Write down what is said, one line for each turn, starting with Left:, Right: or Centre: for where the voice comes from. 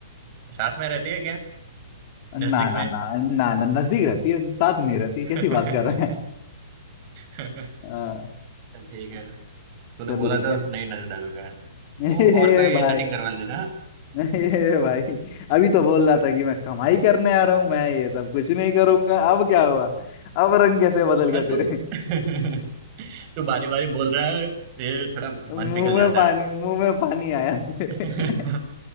Right: साथ में रहती है क्या
Left: ना
Right: नजदीक
Left: ना
Right: में
Left: ना ना ना नजदीक रहती है साथ नहीं रहती
Right: <laughs>
Left: कैसी बात कर रहे हैं
Right: चल
Left: हाँ,
Right: ठीक है तूने
Left: कर
Right: बोला
Left: लेंगे
Right: था नहीं नजर डालूंगा
Left: <laughs>
Right: तो
Left: ए
Right: और कोई
Left: भाई
Right: सेटिंग करवा देना
Left: ए भाई अभी तो बोल रहा था कि मैं कमाई करने आ रहा हूँ मैं ये सब कुछ नहीं करूंगा अब क्या हुआ अब रंग कैसे बदल गया
Right: हाँ,
Left: तेरे
Right: तू <laughs> तू बारे बारे बोल रहा है ये थोड़ा
Left: मुंह
Right: मन पिघल जाता
Left: में पानी
Right: है
Left: मुंह में पानी आया तेरे
Right: <laughs>